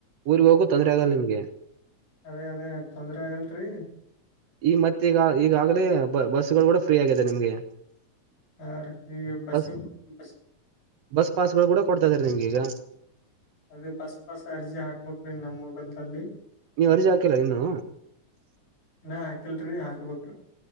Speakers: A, on the right; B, on the left.
A: ಊರ್ಗ್ ಹೋಗು ತೊಂದ್ರೆ ಆಗಲ್ಲ ನಿಮ್ಗೆ
B: ಅದೇ ಅದೇ ತೊಂದ್ರೆ ಆಗಲ್ರಿ
A: ಈ ಮತ್ತೆ ಈಗ ಈಗಾಗಲೇ ಬಸ್ಗಳು ಕೂಡ ಫ್ರೀ ಆಗಿದೆ ನಿಮ್ಗೆ
B: ಆ ಈಗ ಬಸ್ಸ
A: ಬಸ್
B: ಬಸ್
A: ಬಸ್ ಪಾಸ್ಗಳು ಕೂಡ ಕೊಡ್ತಾ ಇದಾರೆ ನಿಮ್ಗೆ ಈಗ
B: ಅದೇ ಬಸ್ ಪಸ್ ಅರ್ಜಿ ಹಾಕ್ಬೇಕು ನಮ್ಮ್ೊೈಲ್ದಲ್ಲಿ
A: ನೀವ್ ಅರ್ಜಿ ಹಾಕಿಲ್ಲ ಇನ್ನು
B: ಹಾಕಿಲ್ರರಿ ಹಾಕ್ಬೇಕ್ರಿ